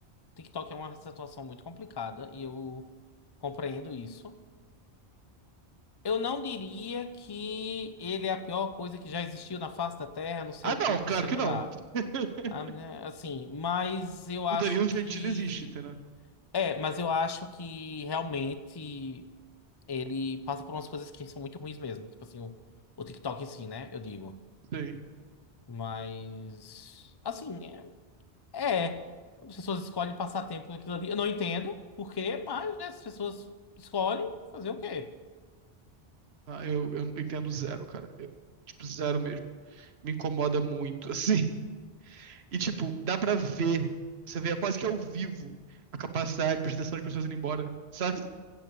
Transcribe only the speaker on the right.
Ah,
não,
claro
que
não.
<laughs>
O Danilo
Gentili existe, entendeu?
Sim.
Ah, eu, eu entendo zero, cara. Eu, tipo, zero mesmo. Me incomoda muito, <laughs> assim. E, tipo, dá pra ver. Você vê é quase que ao vivo a capacidade de prestação das pessoas indo embora, sabe?